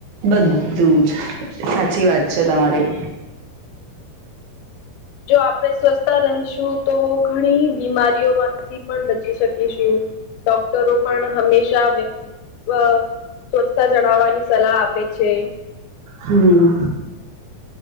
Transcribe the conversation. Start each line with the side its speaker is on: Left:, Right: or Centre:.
Right: બધું જ સાચી વાત છે તમારી.
Left: જો આપણે સ્વસ્છતા રહીશું તો ઘણી બીમારીઓમાં થી પણ બચી શકીશું ડોક્ટરો પણ હંમેશા વ્યક્તિ અ સ્વચ્છતા જણાવવાની સલાહ આપે છે.
Right: હમ.